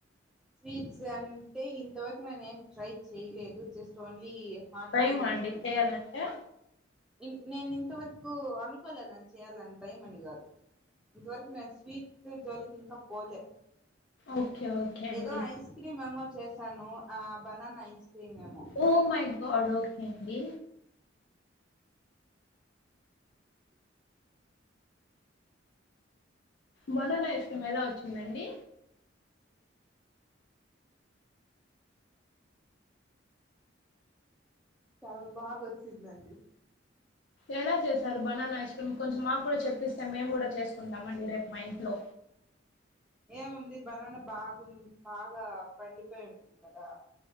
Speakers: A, in the centre; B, on the left.
A: స్వీట్స్ అంటే ఇంతవరకు నేను ఏం ట్రై చేయ్లేదు జస్ట్ ఓన్లీ హాట్వే
B: భయమా
A: చేశాను
B: అండి చేయాలంటే
A: ఇన్ నేను ఇంతవర్ నాకు అనుకోలేదని చెయ్యాలని భయమని కాదు ఇంతవరకు నేను స్వీట్ జోలికి ఇంకా పోలే
B: ఓకే ఓకే అండి
A: ఏదో ఐస్ క్రీమ్ ఏమో చేశాను ఆ బనానా ఐస్ క్రీమ్ ఏమో
B: ఓ మై గాడ్ ఓకే అండి బొనాన ఐస్ క్రీం ఎలా వచ్చిందండి
A: చాల్ బాగ వచ్చిందండి
B: ఎలా చేశారు బనానా ఐస్ క్రీమ్ కొంచెం మాకు కూడా చెప్పిస్తే మేము కూడా చేస్ చేసుకుంటామండి రేపు మా ఇంట్లో
A: ఏముంది బనాన బాగుంది బాగా పండిపోయి ఉంటుంది కదా